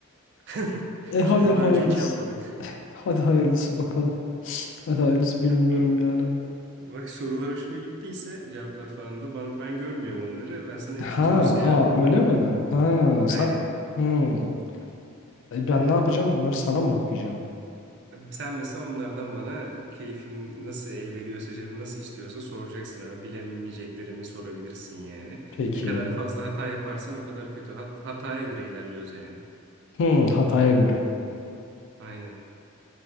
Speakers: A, on the right; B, on the left.
A: <laughs>
B: E hadi
A: Çünkü
B: hayırlısı.
A: daha önce hiç yapmadık.
B: Hadi hayırlısı bakalım. Hadi hayırlısı bilmiyorum
A: Abi,
B: yani.
A: bak sorular hoşuna gittiyse cevaplar falan da bana, ben görmüyorum onları. Ben sana ikinci
B: Ha,
A: dosyayı
B: aa
A: attım.
B: öyle mi? Ha, sen
A: Aynen.
B: hmm. E,
A: Aynen.
B: ben ne yapacağım? Bunları sana mı okuyacağım?
A: Sen mesela onlardan bana keyfin nasıl el veriyorsa canın nasıl istiyorsa soracaksın abi. Bilemeyeceklerimi sorabilirsin yani.
B: Peki.
A: Ne kadar fazla hata yaparsan o kadar kötü. Hat- hataya göre ilerliyoruz yani.
B: Hmm, Hatay'a göre.
A: Aynen.